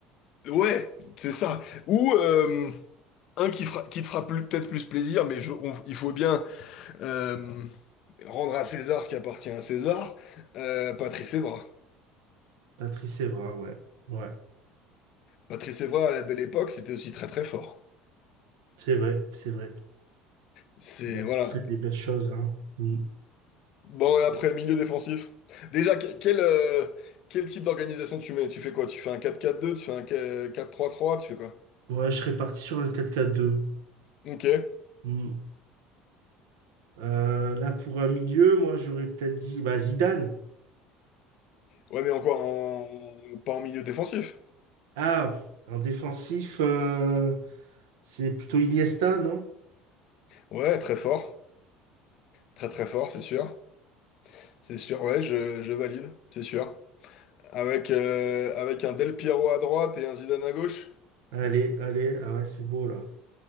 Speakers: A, on the left; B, on the right.
A: Ouais, c'est ça. Ou euh, un qui, fera- qui te fera plus- peut-être plus plaisir, mais je- on- il faut bien. Euh, rendre à César ce qui appartient à César, euh, Patrice Evra.
B: Patrice Evra, ouais. Ouais,
A: Patrice Evra, à la belle époque, c'était aussi très très fort.
B: c'est vrai, c'est vrai.
A: C'est,
B: Il a montré
A: voilà.
B: des belles choses, hein. Mm.
A: Bon, et après, milieu défensif. Déjà, que- quel, euh, quel type d'organisation tu mets? Tu fais quoi? Tu fais un 4-4-2, tu fais un 4-3-3, tu fais quoi?
B: Ouais, je serais parti sur un 4-4-2.
A: Ok.
B: Mm. Euh, là, pour un milieu, moi, j'aurais peut-être dit bah, Zidane.
A: Ouais, mais encore en... pas en milieu défensif.
B: Ah, en défensif, euh, c'est plutôt Iniesta, non?
A: Ouais, très fort. Très très fort, c'est sûr. C'est sûr, ouais, je, je valide, c'est sûr. Avec, euh, avec un Del Piero à droite et un Zidane à gauche,
B: Allez, allez, ah ouais, c'est beau, là.